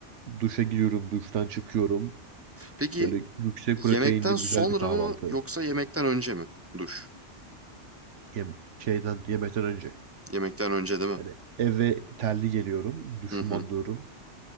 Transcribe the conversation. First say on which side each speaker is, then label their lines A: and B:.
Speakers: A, on the right; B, on the right.
A: Duşa giriyorum, duştan çıkıyorum.
B: Peki
A: Böyle yüksek
B: yemekten
A: proteinli
B: sonra
A: bir güzel bir kahvaltı.
B: mı yoksa yemekten önce mi duş?
A: Yem şeyden yemekten önce.
B: Yemekten önce değil mi?
A: Yani eve terli geliyorum, duşumu
B: Hı hı.
A: alıyorum.